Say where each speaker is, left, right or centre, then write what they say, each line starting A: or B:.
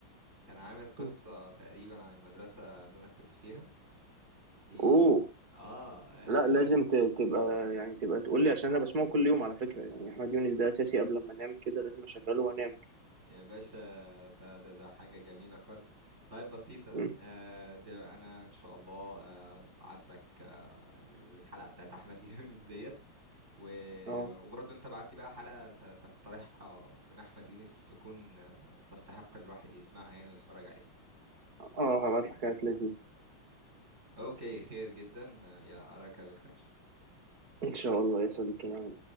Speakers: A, on the right (about 30°); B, on the right (about 45°).
A: كان عامل قصة
B: مم.
A: تقريبا عن المدرسة اللي أنا كنت فيها دي
B: اوه
A: آه
B: لا لازم
A: <laughs>
B: ت- تبقى يعني تبقى تقول لي عشان انا بسمعه كل يوم على فكرة يعني احمد يونس ده اساسي قبل ما انام كده لازم اشغله وانام
A: يا باشا ده, ده, ده حاجة جميلة خالص طيب بسيطة
B: م.
A: آه دلوقتي أنا إن شاء الله آه بعت لك آه الحلقة بتاعت أحمد <laughs> يونس ديت و...
B: اه
A: وبرضه أنت بعت لي بقى حلقة ت- تقترحها من أحمد يونس تكون آه، تستحق الواحد يسمعها يعني ويتفرج عليها
B: اه هبعت لك حاجات لذيذة
A: اوكي خير جدا يا اراك بخير
B: ان شاء الله يا صديقي انا